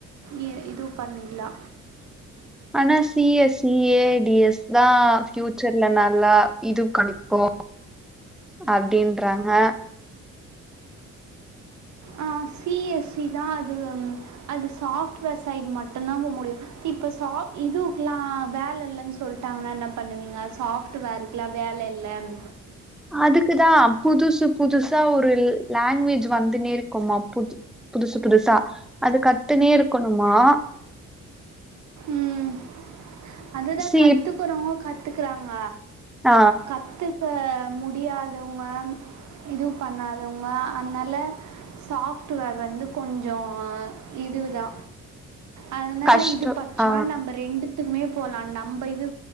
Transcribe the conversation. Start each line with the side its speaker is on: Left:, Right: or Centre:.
Right: இ இது பண்ணில்லா
Centre: ஆனா C S C A D S தா பியூச்சர்ல நல்லா இது கடைக் போ அப்டின்றாங்க
Right: ஆ சி எஸ் சி தா அது ம் அது சாஃப்ட்வேர் சைட் மட்டு தா போ முடியு இப்ப சா இதுவுக்லா வேல இல்லன் சொல்டாங்கன்னா என்ன பண்ணுவீங்க சாஃப்ட் வேருக்லா வேல இல்லன்
Centre: அதுக்குதா புதுசு புதுசா ஒரு லாங்வேஜ் வந்துனே இருக்குமா புது புதுசு புதுசா அது கத்துனே இருக்கணுமா
Right: ம் அதுதா
Centre: சி
Right: கத்துக்குறங்கோ கத்துக்குறாங்க
Centre: ஆ
Right: கத்துக்க முடியாதவங்க இது பண்ணாதவங்க அன்னால சாஃப்ட்வேர் வந்து கொஞ்சோ இது தா அதுனால
Centre: கஷ்டோ
Right: இது பச்சா
Centre: ஆ
Right: நம்ப ரெண்டுத்துக்குமே போலா நம்ப இது